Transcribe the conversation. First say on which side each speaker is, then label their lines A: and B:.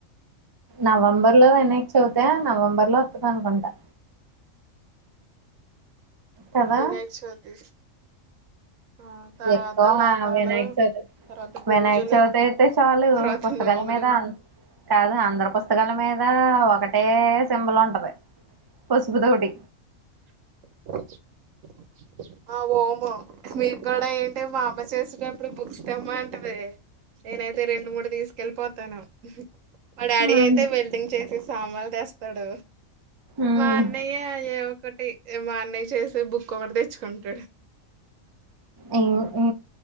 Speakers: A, on the right; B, on the right.
A: నవంబర్ లో వెనక్కి చవితేా నవంబర్ లో వతుంది అనుకుంటా కదా
B: వినాయక చవితి ఆ తర్వాత
A: ఎక్కువగా
B: వ్రతాలు
A: వినాయక చవితి
B: తర్వాత పూజలు
A: వినాయక చవితి అయితే చాలు
B: తర్వాత
A: పుస్తకాల
B: నోములు
A: మీద కాదు అందరు పుస్తకాల మీద ఒకటే సింబల్ ఉంటది పసుపు తోటి
B: <inaudible> ఆ ఓము మీరు కూడా ఏంటి మా అమ్మ చేసినప్పుడు బుక్స్ తేమంటది నేనైతే రెండు మూడు తీసుకు కెళ్ళిపోతాను మా డాడీ
A: ఉమ్
B: అయితే వెల్డింగ్ చేసి సామానులు తేస్తాడు
A: ఉమ్
B: మా అన్నయ్య యే ఒకటి మా అన్నయ్య చేసే బుక్ ఒకటి తెచ్చుకుంటాడు
A: అవును